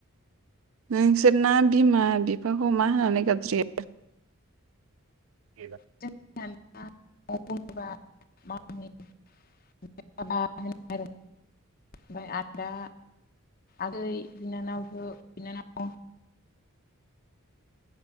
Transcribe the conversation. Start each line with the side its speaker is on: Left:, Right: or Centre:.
Right: नोंसोर ना बिमा बिफाखौ मा होननानै गाबज्रियो? <unintelligible>
Left: <unintelligible> <unintelligible> ओमफ्राय आदा आदै बिनानावखौ, बिनानाव,